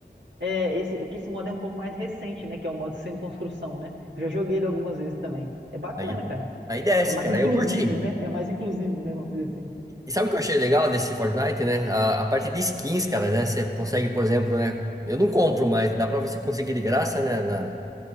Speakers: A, on the right (about 85°); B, on the right (about 20°).
A: é esse é que esse modo é um pouco mais recente, né, que é o modo sem construção, né? Eu já joguei ele algumas vezes também. É bacana,
B: Aí,
A: cara.
B: aí desce,
A: É mais
B: cara,
A: inclusivo,
B: aí eu curti.
A: né? É mais inclusivo, né, vamos dizer assim.
B: E sabe o que eu achei legal desse Fortnite, né? A, a parte de skins, cara, né? Você consegue, por exemplo, né? Eu não compro, mas dá pra você conseguir de graça, né? Na,